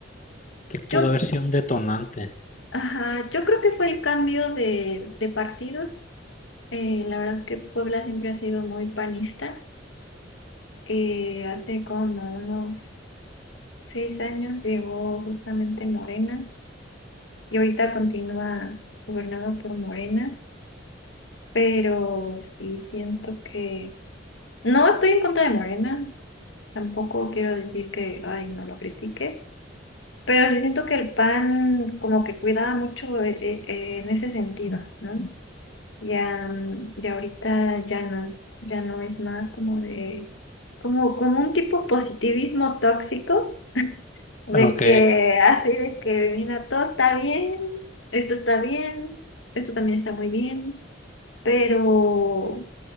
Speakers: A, on the left; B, on the left.
A: Que pudo
B: yo,
A: haber sido un detonante.
B: ajá, yo creo que fue el cambio de, de partidos. Eh, la verdad es que Puebla siempre ha sido muy panista. Eh, hace como unos seis años llegó justamente Morena y ahorita continúa gobernado por Morena, pero sí siento que no estoy en contra de Morena, tampoco quiero decir que, ay, no lo critique, pero sí siento que el PAN como que cuidaba mucho eh, eh, eh, en ese sentido, ¿no? Ya, mm, ya ahorita ya no, ya no es más como de, como, como un tipo positivismo tóxico de
A: Ok.
B: que así, de que mira, todo está bien, esto está bien, esto también está muy bien, pero